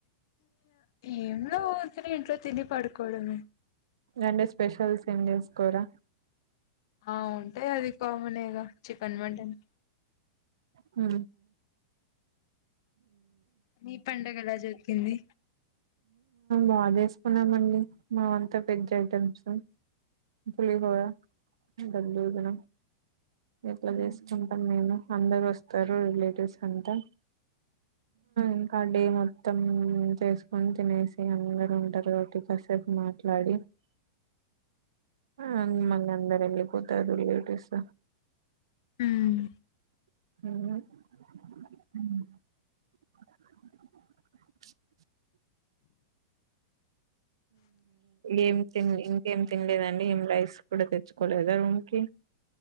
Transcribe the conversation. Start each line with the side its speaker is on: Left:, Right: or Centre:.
Left: ఏం ఉ తిన ఇంట్లో తిని పడుకోడమ
Right: అంటే స్పెషల్స్ ఏం చేస్తా కూడారా
Left: ఆ ఉంటాయి అది కామన్ద చికెన్ మటన్
Right: ఆ
Left: మీ పండుగ ఎలా జరిగింది
Right: బాగా చేసుకున్నామండి మామంతా వెజ్ ఐటమ్స్ పులిహోర గలదన ఇట్లా చేసుకుంటాం మేము అందరు వస్తారు రిలేటివ్స్ అంతా ఇంకా డే మొత్తం చేసుకు కొ తినేసి అందరూ ఉంటారు కాబట్టి కాసేపు మాట్లాడి ఆ మళ్ళీ అందరు వెళ్ళిపోతారు రిలేటివ్స్
Left: ఉమ్
Right: అ ఏం తి ఇంకేం తినలేదండి ఏం లైస్ కూడా తెచ్చుకోలేదా రూమ్ కి